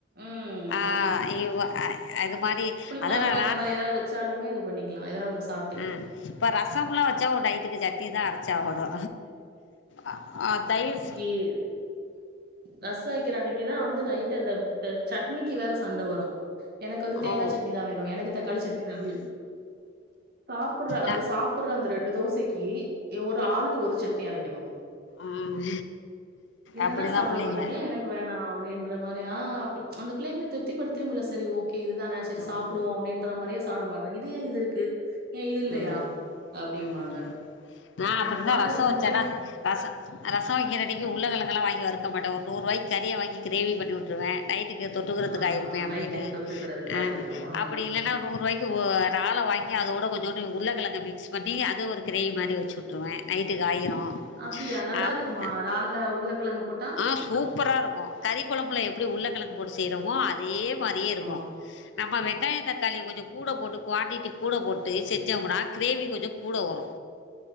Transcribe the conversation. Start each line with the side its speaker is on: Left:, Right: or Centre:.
Right: ம்.
Left: ஆ இவ்வ அ அது மாரி
Right: புளி
Left: அதனால
Right: கொழம்பு அந்த மாரி எதாது வெச்சாலுமே இது பண்ணிக்லா எதாவ் ஒன்னு சாப்
Left: ம் இப்ப ரசம்ல்லா வெச்சா உ நைட்டுக்கு சட்னி தா அரைச்சாகணு. அ ஆ தயவுஸ்
Right: கீர். ரசோ வெக்கிற அன்னிக்குதா வந்து நைட்டு அந்த த்த சட்னிக்கு வேற சண்ட வரு. எனக்கு வந்து தேங்கா
Left: ஓ
Right: சட்னிதா வேணு எனக்கு தக்காளி சட்னிதா வேணு சாப்புட்ற அந்த
Left: அ
Right: சாப் புட்ற அந்த ரெண்டு தோசைக்கி இவ் ஒரு ஆளுக்கு ஒரு சட்னி அரைக்கணு.
Left: ம்
Right: இல்லன்னா
Left: அப்புடி
Right: சாப்ட
Left: தா புள்ளைங்க.
Right: மாட்டா ஏ எனக்கு வேணா அப்டின்ற மாரி அ அப் அந்த பிள்ளைங்கள திருப்தி படுத்வே முல்ல செரி ஓகே இது தான செரி சாப்புடுவோ
Left: ம்
Right: அப்டின்ற மாரியே சாப்பட மாட்டாங்க இது ஏ இது இருக்கு? ஏ இது இல்லையா
Left: ம்
Right: அப்டிம்பாங்க.
Left: ம் நா அப்பிடிதா
Right: அந்த மாரி
Left: ரசோ
Right: வந்து
Left: வெச்சாக்கா ரச ரசோ வெக்கிற அன்னிக்கு உருளகெழங்கெல்லா‌ வாங்கி வறுக்க மாட்டே ஒரு நூர்ருவாய்க் கறியே வாங்கி கிரேவி பண்ணி உட்ருவே. நைட்டுக்கு தொட்டுக்கறதுக்கு
Right: ஆ
Left: ஆயிருமே அப்டியென்னு
Right: நைட்டுக்கு தொட்டுக்கிறதுக்கு
Left: அ
Right: ஆயிக்கிறோம். ஆ
Left: அப்புடி இல்லன்னா நூர்ருவாய் க்குவு ரால வாங்கி அதோட கொஞ்சோ ண்டு உருளகெழங்க மிக்ஸ் பண்ணி அது ஒரு கிரேவி மாரி வெச்சு உட்ருவே நைட்டுக்கு ஆயிரு.
Right: அப்டியா நல்லாருக்குமா
Left: அப்
Right: ரால்லா உருளக்கெழங்க போட்
Left: ஆ சூப்பரா இருக்கு. கறி கொழம்புல எப்பிடி உருளக்கெழங்கு போட்டு செய்றமோ அதே மாரியே இருக்கு.
Right: ஆ
Left: நம்ம வெங்காய தக்காளிய கொஞ்சோ கூட போட்டு குவான்டிட்டி கூட போட்டு செஞ்சோம்மனா கிரேவி கொஞ்ச கூட வரு.